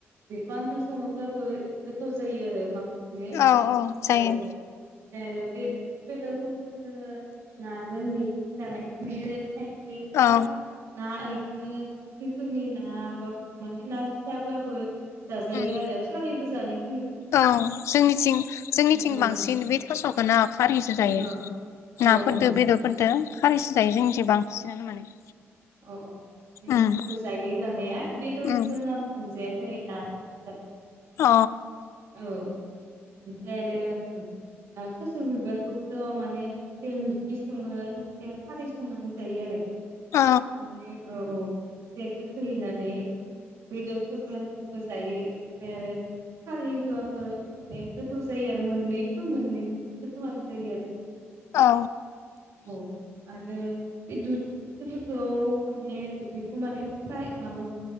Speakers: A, on the right; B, on the left.
A: बेखौ आन्था सङोब्लाबो गोथाव जायो आरो बांसिनै
B: औ जायो
A: औ आरो बे बेदरफोरखौ जोङो नाजों मेखि जानायखौ नुयो थायगिर बा
B: औ
A: ना बिदिनो फुख्रिफोरनि ना बा माने ना फियाब्लाबो जाजायो
B: उम
A: आरो खारैबो जानाय
B: औ जोंनिथिं जोंनिथिं
A: औ
B: बांसिन बे थास मोना खारैसो जायो
A: औ औ
B: नाफोरदो
A: ओं
B: बेदरफोरदो खारैस जायो जोंनिथि बांसिनानो माने
A: अ औ जोंनिथिंबो
B: उम
A: जायो जानाया बेदरजों
B: उम
A: आं मोनजाया <unintelligible>
B: अ
A: औ ओमफ्राय आरो औ। आर थास'बिबारखौबोथ माने सेम ओंख्रि सङो खायसेया खारै संनानै जायो आरो।
B: औ
A: माने औ औ खायसे गोखै होनानै। ओ- बेदरफोरजोंबो जायो ओमफ्राय आरो। खारै होबाबो ओम माने गोथाव जायो आरो मोननैबो मोननैजोंबो गोथावनो जायो आरो।
B: औ
A: औ आरो बे दुद खुसिफोरखौ माने बेखौ माने फ्राय माबा